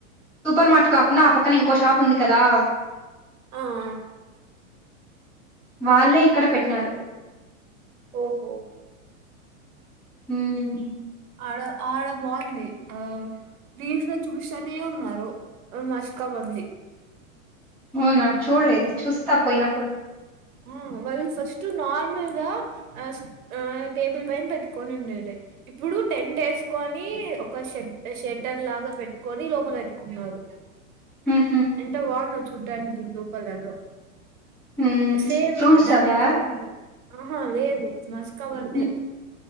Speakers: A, in the centre; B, on the right.
A: సూపర్ మార్ట్ కాకుండా ఆ పక్కన ఇంకో షాప్ ఉంది కదా
B: ఆ ఆ
A: వాళ్ళే ఇక్కడ పెట్టినారు
B: ఓహో
A: హ్మ్
B: ఓహో! ఆడ ఆడ బాగుంది ఆ రీల్స్ లో చూపిస్తనే ఉన్నారు మస్కా వన్ అని
A: అవునా చూడలేదు చూస్తా పోయినప్పుడు
B: ఆ వాళ్ళు ఫస్ట్ నార్మల్ గా ఆ ఆ టేబుల్ పైన పెట్టుకొని ఉండేది ఇప్పుడు టెంట్ వేసుకొని ఒక షె షెటర్ లాగా పెట్టుకొని లోపల పెట్టుకున్నారు
A: ఉహు
B: ఎంత బాగుందో చూడ్డానికి బ్లూ కలర్ లో
A: హ్మ్
B: సేమ్
A: ఫ్రూట్స్
B: దాని
A: అవా
B: ఎదురుగా ఆహా లేదు మస్కా బన్
A: మ్మ్.